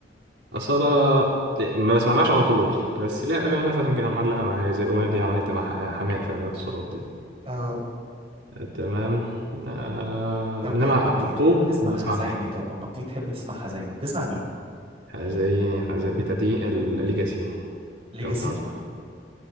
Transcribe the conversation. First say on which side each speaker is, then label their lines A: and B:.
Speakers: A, on the right; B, on the right.
A: أصالة ما بسمعلهاش على طول بس ليها أغاني مثلا كده معلقة معايا زي الأغنية اللي عملتها مع ح- حماقي في إعلانات الصالات دي
B: اه
A: آه، تمام آه،
B: طب
A: إنما
B: اما بتيجي
A: على طول
B: تحب تسمع
A: ما
B: حزيني
A: بسمعلهاش
B: طب اما بتيجي تحب تسمع حزيني بتسمع مين
A: حزيني حزين بتدين الليجاسي
B: ليجاسي
A: لو تعرف
B: <laughs>